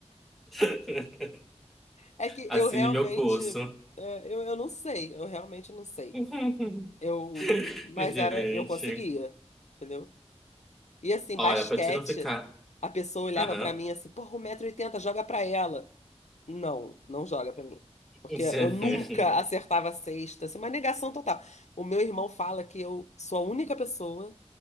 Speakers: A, in the centre; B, on the left (about 85°).
A: <laughs>
B: É que
A: Assine
B: eu realmente,
A: meu curso.
B: é, eu, eu não sei, eu realmente não sei.
A: <laughs>
B: Eu, mas
A: Gente,
B: era, eu conseguia, entendeu? E assim,
A: olha,
B: basquete,
A: pra te não ficar.
B: a pessoa olhava
A: Aham.
B: pra mim assim, porra, um metro e oitenta, joga pra ela. Não, não joga pra mim.
A: <laughs>
B: Porque eu nunca acertava a cesta, assim, uma negação total. O meu irmão fala que eu sou a única pessoa